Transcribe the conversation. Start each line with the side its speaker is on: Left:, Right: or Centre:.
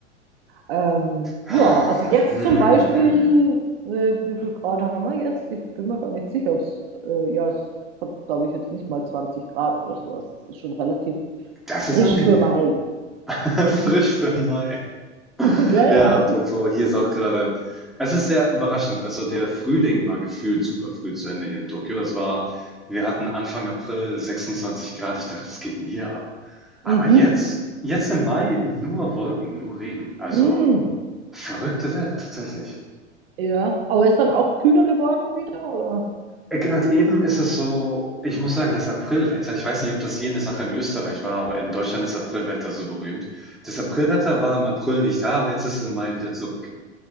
Right: Ähm,
Centre: aha.
Right: ja, also
Centre: <sighs>
Right: jetzt
Centre: Mhm.
Right: zum Beispiel,
Centre: mhm,
Right: äh, wie viel Grad haben wir jetzt? Ich bin mir gar nicht sicher, ob es, äh, ja, es hat, glaube ich, jetzt nicht mal 20 Grad oder sowas. Es ist schon relativ
Centre: Das
Right: frisch
Centre: ist angenehm.
Right: für Mai.
Centre: <laughs>
Right: Mhm.
Centre: Frisch für Mai.
Right: <laughs> Ja,
Centre: Ja,
Right: ja.
Centre: apropos, hier ist auch gerade. Es ist sehr überraschend. Also der Frühling war gefühlt super früh zu Ende hier in Tokio. Es war, wir hatten Anfang April 26 Grad. Ich dachte, das geht denn hier ab? Aber
Right: Mhm.
Centre: jetzt, jetzt im Mai nur Wolken, nur Regen. Also
Right: Mhm.
Centre: verrückte Welt, tatsächlich.
Right: Ja, aber ist dann auch kühler geworden wieder, oder?
Centre: Äh, Gerade eben ist es so, ich muss sagen, das Aprilwetter, ich weiß nicht, ob das hier eine Sache in Österreich war, aber in Deutschland ist Aprilwetter so berühmt. Das Aprilwetter war im April nicht da, aber jetzt ist es im Mai wieder zurück.